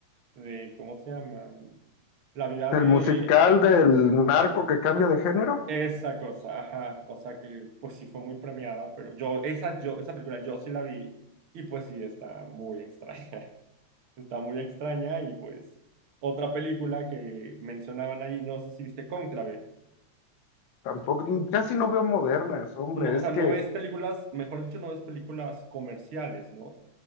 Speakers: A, on the right (about 55°); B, on the left (about 75°).
A: de, ¿cómo se llama? La vida de
B: El musical del narco que cambia de género,
A: esa cosa, ajá. O sea que pues sí fue muy premiada, pero yo, esa, yo, esa película yo sí la vi y pues sí está muy extraña. <laughs> Está muy extraña y pues otra película que mencionaban ahí, no sé si viste Cónclave.
B: tampoco, casi no veo modernas, hombre,
A: No, o
B: es
A: sea,
B: que,
A: no ves películas, mejor dicho, no ves películas comerciales, ¿no?